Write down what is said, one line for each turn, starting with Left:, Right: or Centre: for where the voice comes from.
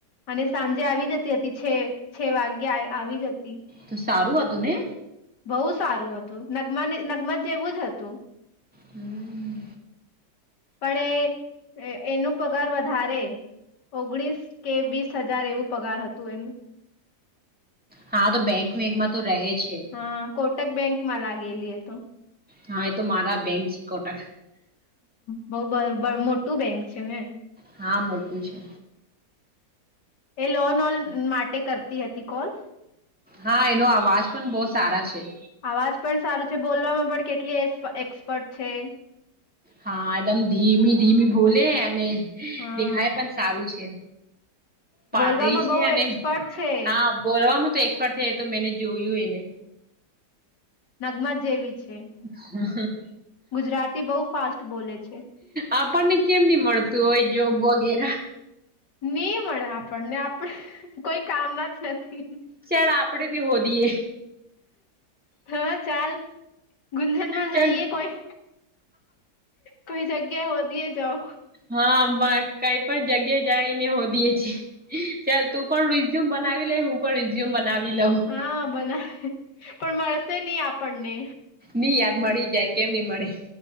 Left: અને સાંજે આવી જતી હતી છે છે વાગે આવી જતી
Centre: તો સારું હતું ને
Left: બહુ સારું હતું નગમા નગમ જેવું જ હતુ.
Centre: હમ્મ
Left: પણ એ એનું પગાર વધારે ઓગણીસ કે વીસ હજાર એવું પગાર હતું એનુ
Centre: હા તો બેંક મેંકમાં તો રહે છે.
Left: હા કોટક બેંકમાં લ ગેલી ત
Centre: હા એ તો મારા બેંક છે કોટક
Left: બઉ મોટું બેંક છે ને
Centre: હા મોટું છે.
Left: એ લોન ઓન માટે કરતી હતી કોલ
Centre: હા એનો અવાજ પણ બહુ સારા છે.
Left: અવાજ પણ સારું છે બોલવામાં પણ કેટલી એક્સપર્ટ છે.
Centre: હા એકદમ ધીમી ધીમી બોલે અને
Left: હા
Centre: દેખાય પણ સારું છે. પાતળી
Left: બોલવામાં
Centre: છે
Left: બહુ
Centre: અને
Left: એક્સપર્ટ છે
Centre: હા બોલવામાં તો એક્સપર્ટ છે એ તો મેને જોયું એને
Left: નગમાં જેવી છે.
Centre: હ
Left: ગુજરાતી બહુ ફાસ્ટ બોલે છે
Centre: આપણને કેમ ની મળતું હોય જોબ વગેરે
Left: નહી મળે આપણને આપણે કોઈ કામના જ નથી
Centre: ચ્યારે આપણેે ભી હો દઈએ
Left: હા ચાલ ગુંજનમાં
Centre: ચાલ
Left: જઈએ કોઈ કોઈ જગ્યા હો દએ જાઓ
Centre: હા કઈ પણ જગ્યા જાયને હોદીએ છેીએ ચાલ તું પણ રિઝ્યુમ બનાવી લે હું પણ રિઝ્યુમ બનાવી લઉં
Left: હા બનાવે પણ મળશે નહી આપણને
Centre: નઈ યાર મળી જાય કેમ નહી મળે